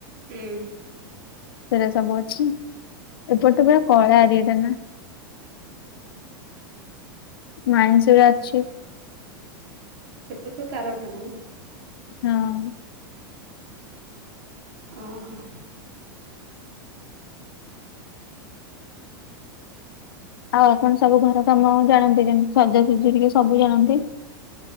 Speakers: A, on the right (about 60°); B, on the left (about 80°).
A: ହୁଁ।
B: ସେଟା ସବୁ ଅଛି ଏପଟ ତ ପୁରା କଳା ଏରିଆଟା ନା। ମାଇନ୍ସରେ ଅଛି।
A: ସେପଟ ସବୁ କାରଖାନା ନା?
B: ହଁ।
A: ଅ ହଁ।
B: ଆଉ ଆପଣ ସବୁ ଘର କାମ ଜାଣନ୍ତି ଯେମତି ସଜାସଜି ହରିକା ସବୁ ଜାଣନ୍ତି?